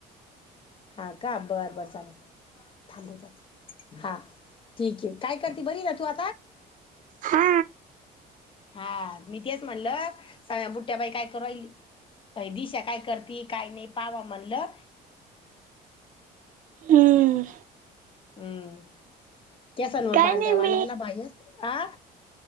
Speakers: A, on the left (about 30°); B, on the right (about 50°).
A: हा का बरं बरं चालेल थांबव का हा ठीक ये. काय करती? बरी ये ना तू आ
B: हा.
A: हा मी तेच म्हणलं सगळ्या बुट्ट्या बाई काय करू राहीली? बाई दिशा काय करती, काय नाय पाहाव म्हणलं.
B: हम्म.
A: हम्म केसांवर
B: काय
A: भांड्यावाला
B: नाही मी
A: आला बायर आ